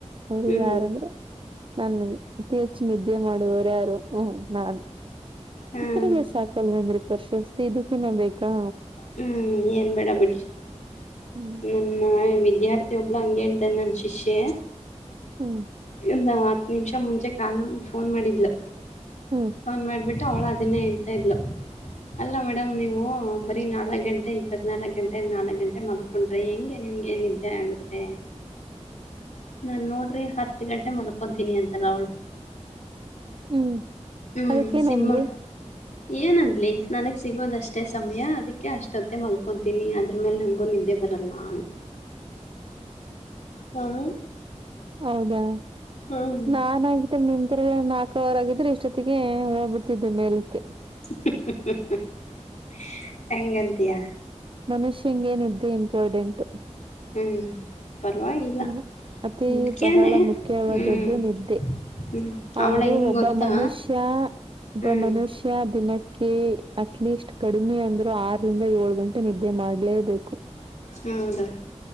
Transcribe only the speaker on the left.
ಹ್ಞೂ
ಹಾಂ
ಹ್ಮ್ ಏನ್ ಬೇಡ ಬಿಡ್ರಿ
ನನ್ನ ವಿದ್ಯಾರ್ಥಿ ಒಬ್ಳು ಹಂಗೆ ಹೇಳ್ತನೆ ನನ್ ಶಿಷ್ಯ
ಒ ಹತ್ತು ನಿಮಿಷ ಮುಂಚೆ ಕಾಲ್ ಫೋನ್ ಮಾಡಿದ್ಲು
ಫೋನ್ ಮಾಡ್ಬಿಟ್ಟ ಅವಳ ಅದನ್ನೇ ಹೇಳ್ತಾ ಇದ್ಲು ಅಲ್ಲ ಮೇಡಮ್ ನೀವು ಬರೀ ನಾಲ್ಕ್ ಗಂಟೆ ಇಪ್ಪತ್ನಾಾಲ್ಕಕ್ ಗಂಟೆ ನಾಲ್ಕಕ್ ಗಂಟೆ ಮಲ್ಕೊಂಡ್ರಿ ಹೆಂಗೆ ನೀ ನಿಮಗೆ ನಿದ್ದೆ ಆಗುತ್ತೆ ನಾನ್ ನೋಡ್ರಿ ಹತ್ತು ಗಂಟೆ ಮಲ್ಕೊತೀನಿ ಅಂತಲ್ಲ ಅವಳು
ಹ್ಮ್
ಸಿಮ್ಮಲ್ ಏನನ್ ನನಗ್ ಸಿಗೋದಷ್ಟೇ ಸಮಯ ಅದಕ್ಕೆ ಅಷ್ಟೊತ್ತೇ ಮಲ್ಕೊಂತೀನಿ ಅದ್ರ ಮೇಲೆ ನಂಗಗು ನಿದ್ದೆ ಇವರೆಲ್ಲಾ ಹ್ಮ
ಹ್ಮ.
<unintelligible> ಎಂಗಂತಿಯ.
ಹ್ಮ್. ಪರವಾಗಿಲ್ಲ
ಮುಖ್ಯನೇ
ಹ್ಮ್
ಹ್ಮ್
ಅವಳ ಹೆಂಗ
ಗೊತ್ತಾ.
ಹ್ಮ್
ಹೌದಾ